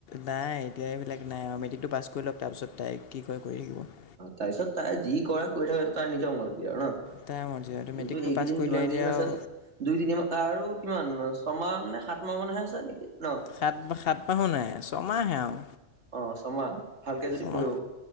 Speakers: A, on the left (about 60°); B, on the right (about 65°).
A: নাই এতিয়া এইবিলাক নাই আৰু মেট্ৰিকটো পাছ কৰি লওক তাৰপিছত তাই কি কৰে কৰি থাকিব।
B: তাৰ পিছত তাই যি কৰে কৰি থাকক সেইটো তাৰ নিজৰ মৰ্জি আৰু নহ।
A: তাই মৰ্জি আৰু মেট্ৰিকটো
B: কিন্তু এইকেইদিন
A: পাছ কৰিলে
B: যিমান
A: এতিয়া
B: কেইদিন
A: আৰু
B: আছে দুই তিনিমাহ আৰু কিমান ছমাহ মানে সাত মাহ মানহে আছে নহ।
A: সাত, সাত মাহো নাই ছমাহে আৰু।
B: অ ছমাহ ভালকে যদি
A: ছমাহ
B: পঢ়িব